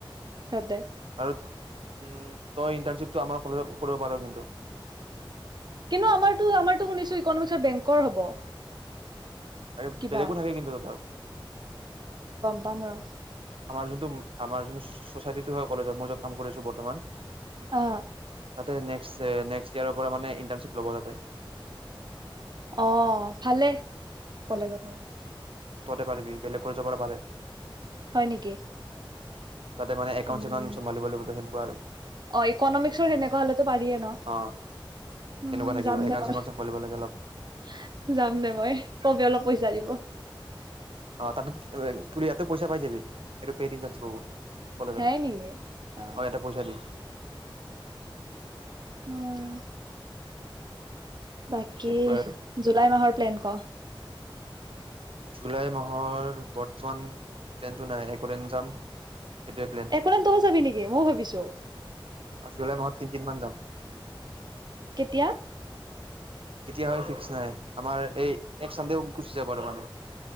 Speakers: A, on the right (about 50°); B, on the right (about 85°).
A: সিহঁতে
B: আৰু উম তই ইণ্টাৰনশিপ তই আমাৰ কলেজত কৰিব পাৰো কিন্তু।
A: কিন্তু আমাৰতো- আমাৰতো শুনিছো ইকনমিক্সৰ বেংকৰ হ'ব।
B: আও
A: কিবা
B: বেলেগো থাকে কিন্তু হেতৰ
A: বামৰ
B: আমাৰ যোনটো আমাৰ যোনটো ছচাইটি টো হয় কলেজৰ মাই যত কাম কৰিছোঁ বৰ্তমান
A: অ
B: তাতে নে নেক্স ইয়াৰৰ পৰা মানে ইণ্টাৰ্শ্বিপ ল'ব তাতে
A: অ ভালে কলেজত।
B: ততে পাৰিবি বেলেগ কলেজৰ পৰা পাৰে।
A: হয় নেকি
B: উম তাতে মানে এউণ্
A: উম
B: চছেকাউ চম্ভালিব লাগে গোটে বাৰ
A: অ ইকনমিক্সৰ সেনেকুৱা হলেতো পাৰিয়ে ন
B: অ
A: উ
B: সেনেকুৱা থাকিব
A: যাম
B: একাউণ্ট
A: দে মই
B: চেকাউণ্ট চম্ভালিব লাগে অলপ
A: যাম দে মই পইচা দিব
B: অ তাৰপিছত পুৰীয়াত পইচা পাই যাবি হেইটো পে এন্তাঞ্চিপ হব। কলেজত
A: হে নেকি অ
B: ইয়াতে পইচা দিম।
A: উম বাকী
B: সেনেকুৱাই আৰু
A: জুলাই মাহৰ প্লেন ক?
B: জুলাই মাহৰ বৰ্তমান প্লেনতটো নাই অকলেন যাম সেইটোৱে প্লেন
A: অকলেন তৌ যাবি নেকি মই ভাবিছো
B: জুলাই মাহত তিনদিন মান যাম
A: কেতিয়া?
B: কেতিয়া হয় ফিক্স নাই আমাৰ নেক্সটচান্দেও গুচি যাব পাৰোঁ